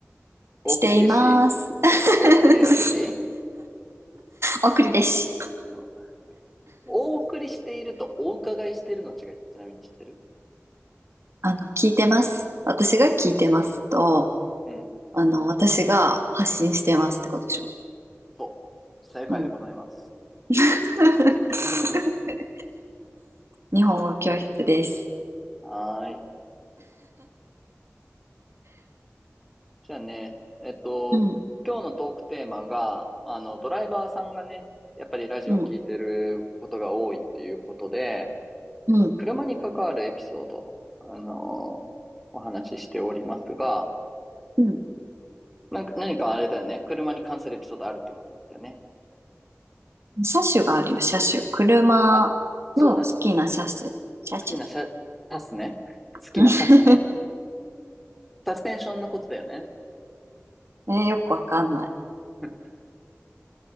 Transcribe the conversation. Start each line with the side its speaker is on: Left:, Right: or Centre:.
Centre: お送り弟子
Right: しています。<laughs>
Centre: お送り弟子弟子
Right: お送りです。
Centre: うんお送りしているとお伺いしているの違いってちなみに知ってる
Right: あの、聞いてます。私が聞いてますと、
Centre: うん。
Right: あの、私が発信してますってことでしょ。
Centre: そう。正解でございます。
Right: うん。<laughs>
Centre: <laughs>
Right: 日本語教室です。
Centre: はーい。じゃあね、えっと、
Right: うん、
Centre: 今日のトークテーマが、まああの、ドライバーさんがね、やっぱりラジオ聞いてることが多いっていうことで、
Right: うん、うん、
Centre: 車に関わるエピソード、あのーお話ししておりますが、
Right: うん。
Centre: なんか、何かあれだよね。車に関するエピソードあるってことだったよね。
Right: 車種があるよ、車種。車の好きな車種。
Centre: あ、そうだ。
Right: 車種。
Centre: 好きな車、サスね。好きなサスね。
Right: <laughs>
Centre: サスペンションのことだよね。
Right: えよくわかんない。
Centre: <laughs>